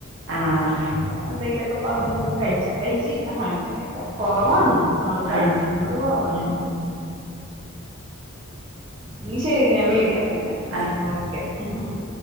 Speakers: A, on the right (about 70°); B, on the right (about 25°).
A: ആഹ്
B: അങ്ങനെയൊക്കെ എന്തേലൊക് പറഞ്ഞത്. കഴിച്ചാ കഴിച്ച്. ഹങ്ങനെക്കെ കൊറവാണ്
A: ഉം
B: ആള് കഴിക്ക്ന്നത്
A: ആഹ്
B: കൊറവാണ്
A: ഉം ഉം
B: ന്ന ശരി ഞാൻ വിളിക്കാ പിന്നെ.
A: ആഹ്
B: ഓക്കെ ആഹാ ഹാ